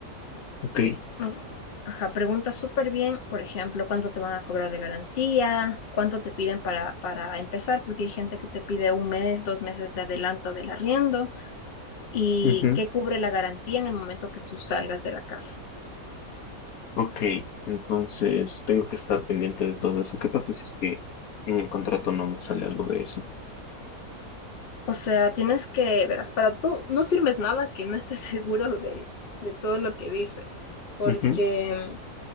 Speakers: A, on the left (about 75°); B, on the left (about 45°).
A: Ok.
B: o Ajá, pregunta súper bien, por ejemplo, cuánto te van a cobrar de garantía, cuánto te piden para, para empezar, porque hay gente que te pide un mes, dos meses de adelanto del arriendo y
A: Ujú.
B: qué cubre la garantía en el momento que tú salgas de la casa.
A: Ok, entonces tengo que estar pendiente de todo eso. ¿Qué pasa si es que en el contrato no me sale algo de eso?
B: O sea, tienes que, verás, para tú no firmes nada que no estés <laughs> seguro de, de todo lo que dice, porque
A: Ujú.